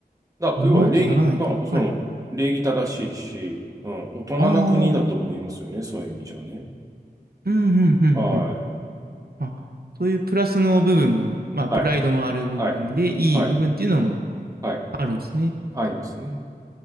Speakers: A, on the right; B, on the right.
A: だから、
B: 乗ろうとならないんだ。
A: 要は礼儀、まあ、その、
B: はい。
A: 礼儀正しいし、うん、大人な国だと思いますよね、
B: ああ、
A: そういう意味じゃね。
B: うん、うん、うん、
A: はい、
B: うん。あ、そういうプラスの部分も、まあ、
A: はい、
B: プライドのある部分で、
A: はい、
B: いい部分っていうのも
A: はい、はい、
B: あるんですね。
A: ありますね。